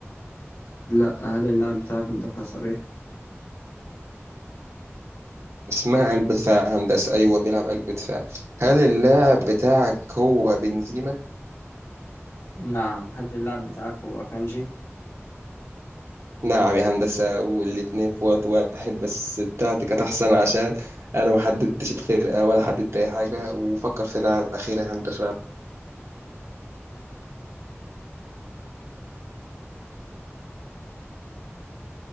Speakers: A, on the left; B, on the right.
A: لا هل اللاعب بتاعك مدافع صريح
B: اسمها قلب دفاع يا هندسة أيوة بيلعب قلب دفاع هل اللاعب بتاعك هو بنزيما؟
A: نعم هل اللاعب بتاعك هو كانجي
B: نعم يا هندسة والاتنين في وقت واحد بس بتاعتي كانت أحسن عشان أنا ما حددتش الفرقة ولا حددت أي حاجة وفكر في لاعب أخير يا هندسة